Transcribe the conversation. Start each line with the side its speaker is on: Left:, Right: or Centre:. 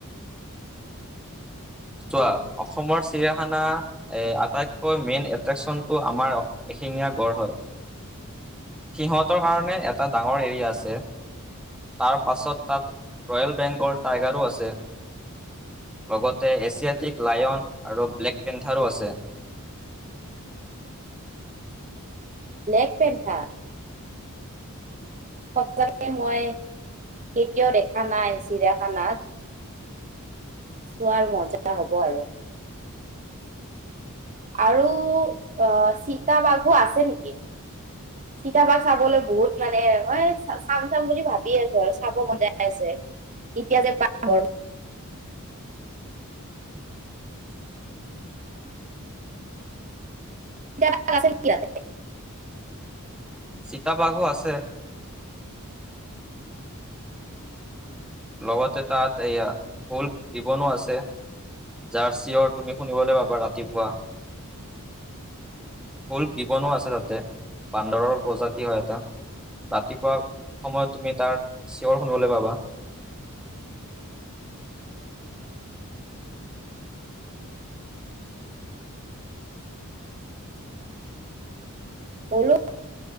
Centre: চোৱা অসমৰ চিৰিয়াখানা আটাইতকৈ মেইন এট্ৰেকশচনটো আমাৰ এশিঙীয়া গড় হয়। সিহঁতৰ কাৰণে এটা ডাঙৰ এৰিয়া আছে তাৰ পাছত তাত ৰয়েল বেংগল টাইগাৰো আছে লগত এছিয়াটিক লায়ন আৰু ব্লেক পেন্থাৰো আছে
Right: নেগ পেনথা সঁচাকে মই কেতিয়াও দেখা নাই চিৰাখানাত চোৱাৰ মজা হ'ব আৰু আৰু অ চি চিতাবাঘো আছে নেকি চিতাবাঘ চাবলৈ বহুত মানে হয় চাম চাম বুলি ভাবি আছো আৰু চাব মনজাই আছে কেতিয়া যে পাম চিতাবাঘ আছে নেকি তাতে
Centre: চিতাবাঘো আছে লগতে তাত এয়া ফুল দিবনো আছে য়াৰ চিয়ৰ তুমি শুনিবলৈ পাবা ৰাতিপুৱা শুল দিবনো আছে তাতে বান্দৰৰ প্ৰজাতি হয় এটা ৰাতিপুৱা সময়ত তুমি তাৰ চিঞৰ শুনিবলৈ পাবা
Right: আচ্ছা হলৌ